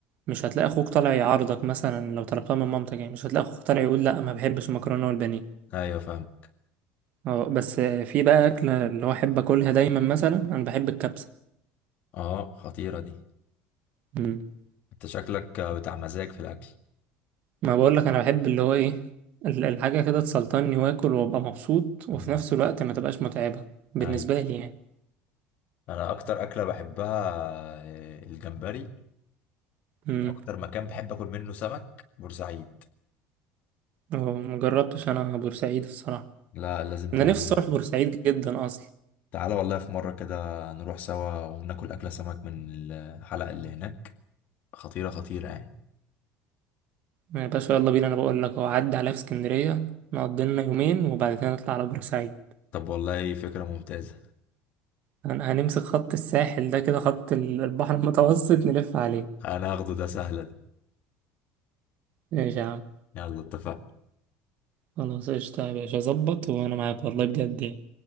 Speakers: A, on the right; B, on the left.
A: مش هتلاقي اخوك طالع يعارضك مثلا لو طلبتها من مامتك يعني مش هتلاقي اخوك طالع يقول لا ما بحبش المكرونه والبانيه
B: أيوة فاهمك
A: اه بس في بقى اكله اللي هو احب اكلها دايما مثلا انا بحب الكبسه
B: أه خطيرة دي
A: مم.
B: أنت شكلك بتاع مزاج في الأكل
A: ما بقول لك انا بحب اللي هو ايه ال- الحاجه كده تسلطني واكل وابقى مبسوط وفي
B: امم
A: نفس الوقت ما تبقاش متعبه بالنسبه
B: أيوة
A: لي يعني
B: أنا أكتر أكلة بحبها آه، الجمبري
A: امم
B: واكتر مكان بحب اكل منه سمك بورسعيد
A: مجربتش انا بورسعيد الصراحه
B: لا لازم
A: انا
B: تجربوا
A: نفسي اروح بورسعيد جدا اصلا
B: تعالى والله في مرة كده نروح سوا وناكل أكلة سمك من الحلقة اللي هناك خطيرة خطيرة يعني
A: يا باشا يلا بينا انا بقول لك هو عدى عليا في اسكندريه نقضي لنا يومين وبعد كده نطلع على بورسعيد
B: طب والله فكرة ممتازة
A: هن- هنمسك خط الساحل ده كده خط ال- البحر المتوسط نلف عليه
B: أنا هاخده ده سهلة دي
A: ماشي يا عم
B: يلا اتفقنا
A: خلاص قشطة يا باشا ظبط وانا معاك والله بجد يعني.